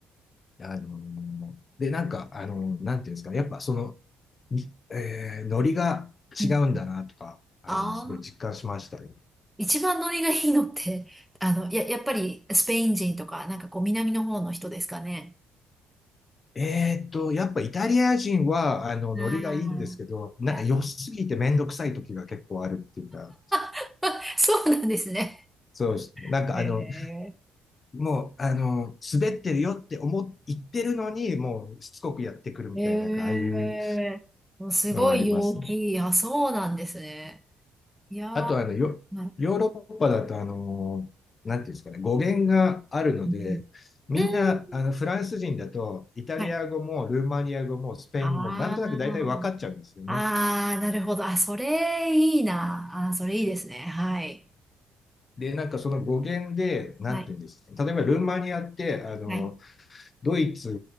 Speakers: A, on the left; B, in the centre.
A: あの、で、なんか、あの、なんていうんですかね、やっぱその、えーノリが違うんだなとか、
B: うん。
A: あの、
B: あ
A: すごい実感しましたね。
B: 一番ノリがいいのって、あの、や、やっぱりスペイン人とか、なんかこう南の方の人ですかね。
A: えーっと、やっぱイタリア人は、あの、ノリがいいんですけど、
B: あ
A: なんか良すぎてめんどくさい時が結構あるっていうか、
B: あー、はい <laughs> そうなんですね。
A: そうですね。なんかあの、
B: へえ。
A: もう、あの、滑ってるよって思っ、言ってるのに、もうしつこくやってくるみたいな、
B: へえ。
A: なんかああいう
B: もうすごい陽気。
A: のはありますね。
B: あ、そうなんですね。いやー、
A: あと、あの、ヨ、
B: なる
A: ヨーロッパだと、あの、なんていうんですかね、語源があるので、
B: うん
A: みんな、
B: うん
A: あの、フランス人だと、イタリア語もルーマニア語もスペイン語も、
B: はい。ああ、
A: なんとなく大体分かっちゃうんですよね。
B: ああ、なるほど。あ、それいいな。あー、それいいですね。はい。
A: で、なんかその語源で、なんていうんですか、
B: はい。
A: 例えばルーマニアって、あの、
B: はい。
A: ドイツ、